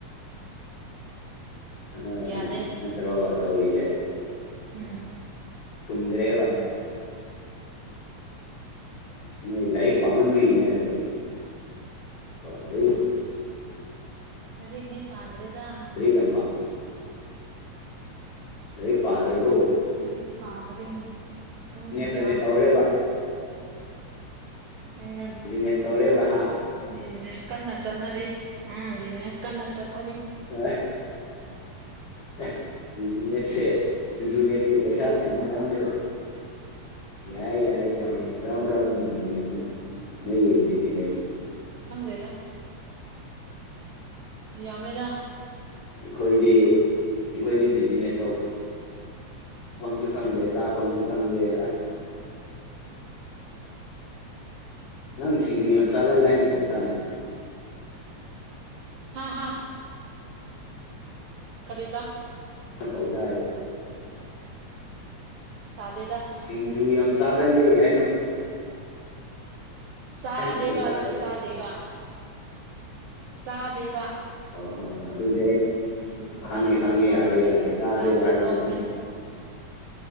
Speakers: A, on the left; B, on the right.
A: ꯑ
B: ꯌꯥꯗꯦ
A: <inaudible> ꯅꯠꯇ꯭ꯔꯣꯕ ꯇꯧꯔꯤꯁꯦ꯫
B: ꯎꯝ꯫
A: ꯇꯨꯝꯗ꯭ꯔꯦꯕ꯫
B: ꯎꯝ꯫
A: ꯏꯁ ꯅꯣꯏ ꯂꯥꯏꯔꯤꯛ ꯄꯥꯃꯟꯕꯒꯤꯅꯦ ꯑꯗꯣ꯫ <unintelligible>
B: ꯂꯥꯏꯔꯤꯛꯗꯤ ꯄꯥꯗ꯭ꯔꯦꯗ꯫
A: ꯂꯥꯏꯔꯤꯛ ꯌꯥꯝ ꯄꯥ ꯂꯥꯏꯔꯤꯛ ꯄꯥꯗ꯭ꯔꯕꯣ꯫
B: ꯂꯥꯏꯔꯤꯛ ꯄꯥꯕꯗꯤ <unintelligible> ꯎꯝ
A: <unintelligible>
B: ꯄꯥꯗ꯭ꯔꯦ
A: ꯇꯧꯔꯦꯕ꯫
B: ꯎꯝ
A: ꯕꯤꯖꯤꯅꯦꯁ ꯇꯧꯔꯦ ꯕꯍꯥ꯫
B: ꯕꯤꯖꯤꯅꯦꯁ ꯀꯟꯅ ꯆꯠꯅꯔꯤ ꯎꯝ ꯕꯤꯖꯤꯅꯦꯁ ꯀꯟꯅ ꯆꯠ <unintelligible>
A: <unintelligible> ꯑꯦꯍ ꯕꯤꯖꯤꯅꯦꯁꯁꯦ ꯕꯤꯖꯤꯅꯦꯁꯀꯤ ꯄꯩꯁꯥ ꯇꯥꯟꯕ ꯃꯑꯣꯡꯁꯦ ꯌꯥꯏ ꯌꯥꯏ ꯌꯥꯏ ꯌꯥꯏ ꯀ꯭ꯔꯝ ꯀ꯭ꯔꯝꯕ ꯕꯤꯖꯤꯅꯦꯁ ꯅꯣ ꯅꯣꯏꯒꯤ ꯕꯤꯖꯤꯅꯦꯁ
B: ꯈꯪꯗꯦꯗ ꯌꯥꯝꯃꯦꯗ꯫
A: ꯑꯩꯈꯣꯏꯗꯤ ꯑꯩꯈꯣꯏꯗꯤ ꯕꯤꯖꯤꯅꯦꯁ ꯇꯧ ꯐꯝꯁꯨ ꯈꯪꯗꯦ ꯆꯥꯐꯝꯁꯨ ꯈꯪꯗꯦ ꯑꯁ꯫ ꯅꯪ ꯁꯤꯡꯖꯨ ꯌꯥꯝ ꯆꯥꯒꯜꯂꯦ ꯍꯥꯏꯅ ꯄꯥꯎ ꯇꯥꯏꯅꯦ꯫
B: ꯍꯥ ꯍꯥ꯫ ꯀꯔꯤꯕ꯫
A: ꯄꯥꯎ ꯇꯥꯏꯌꯦꯕ꯫
B: ꯁꯥꯗꯦꯗ꯫
A: ꯁꯤꯡꯖꯨ ꯌꯥꯝ ꯆꯥꯒꯜꯂꯦ ꯍꯥꯏꯅ
B: ꯆꯥꯗꯦꯕ
A: ꯍꯥꯏꯅ ꯄꯥꯎ ꯇꯥꯏꯌꯦꯕ
B: ꯑꯗꯣ ꯆꯥꯗꯦꯕ꯫ ꯆꯥꯗꯦꯕ꯫
A: ꯑꯣ ꯍꯣ ꯑꯗꯨꯗꯤ ꯑꯩ
B: ꯁꯤꯡꯖꯨ
A: ꯈꯪꯉꯦ
B: ꯆꯥꯔꯗꯤ
A: ꯈꯪꯉꯦ
B: ꯏꯁꯥ
A: ꯌꯥꯔꯦ
B: ꯅꯨꯡꯉꯥꯏꯇꯕꯒꯤ
A: ꯌꯥꯔꯦ ꯆꯥꯗꯦꯕ
B: ꯆꯥꯗ꯭ꯔꯦ
A: ꯍꯥꯏꯕꯗꯣ
B: ꯇꯣꯛꯈ꯭ꯔꯦ
A: ꯑꯝ